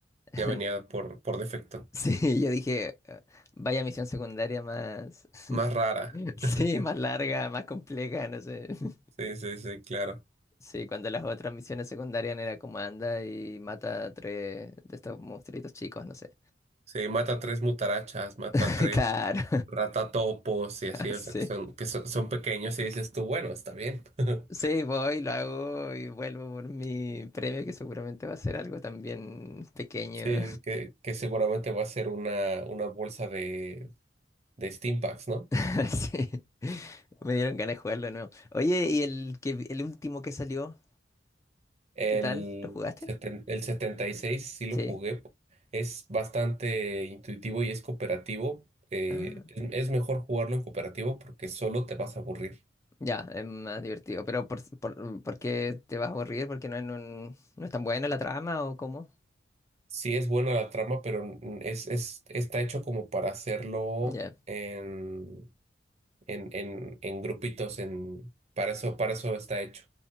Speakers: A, on the left (about 15°); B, on the right (about 35°).
A: <laughs>
B: Ya venía por, por defecto.
A: Sí, yo dije, "Ah, vaya misión secundaria más,
B: Más rara.
A: <laughs> sí,
B: <laughs>
A: más larga, más compleja, no sé. <laughs>
B: Sí, sí, sí, claro.
A: Sí, cuando las otras misiones secundarias era como anda y mata a tres de estos monstruitos chicos, no sé.
B: Sí, mata tres mutarachas, mata
A: <laughs>
B: tres
A: Claro,
B: ratatopos y
A: <laughs>
B: así, o sea, que son,
A: sí.
B: que son, son pequeños y dices tú, bueno, está bien. <laughs>
A: Sí, voy, lo hago y vuelvo por mi premio, que seguramente va a ser algo también pequeño.
B: Sí, que, que seguramente va a ser una, una bolsa de, de Steam Packs, ¿no?
A: <laughs> Sí, me dieron ganas de jugarlo no Oye, ¿y el que, el último que salió?
B: El,
A: ¿Qué tal? ¿Lo jugaste?
B: seten- el 76 sí lo
A: Sí.
B: jugué, es bastante intuitivo y es cooperativo. eh,
A: ah
B: es es mejor jugarlo en cooperativo porque solo te vas a aburrir.
A: Ya, es más divertido. Pero por, por, ¿por qué te vas a aburrir? ¿Porque no, es un- no es tan buena la trama o cómo?
B: Sí es buena la trama, pero n- es, es, está hecho como para hacerlo
A: Ya,
B: en, en, en, en grupitos, en, para eso, para eso está hecho.